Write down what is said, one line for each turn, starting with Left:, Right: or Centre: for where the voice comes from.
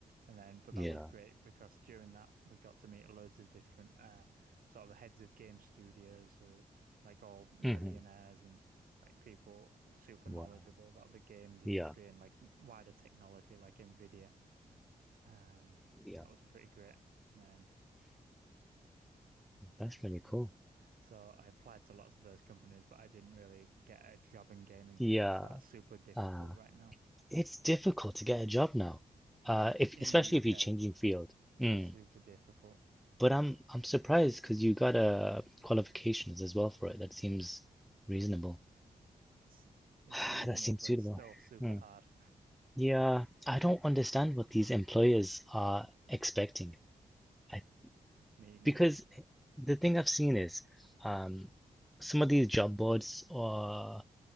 Right: And then, but
Centre: Yeah.
Right: that was great because during that we got to meet loads of different uh, sort of heads of game studios, uh, like all millionaires
Centre: hmm
Right: and like people super
Centre: Wow.
Right: knowledgeable about the games industry
Centre: Yeah.
Right: and like wider technology, like Nvidia. And
Centre: Yeah.
Right: that was pretty great. And then,
Centre: That's really cool.
Right: so I applied to lots of those companies, but I didn't really get a job in gaming
Centre: Yeah.
Right: because that's super difficult
Centre: Uh,
Right: right now.
Centre: it's difficult to get a job now.
Right: Yeah,
Centre: Uh, if
Right: in
Centre: especially
Right: the UK,
Centre: if you're changing field. Mm.
Right: super difficult.
Centre: But I'm I'm surprised because you got uh qualifications as well for it. That seems reasonable.
Right: It's it's
Centre: <sighs>
Right: reasonable,
Centre: That seems
Right: but
Centre: suitable.
Right: it's still super
Centre: Hmm.
Right: hard.
Centre: Yeah, I don't understand what these employers are expecting. I
Right: <laughs> Me neither.
Centre: because the thing I've seen is um some of these job boards or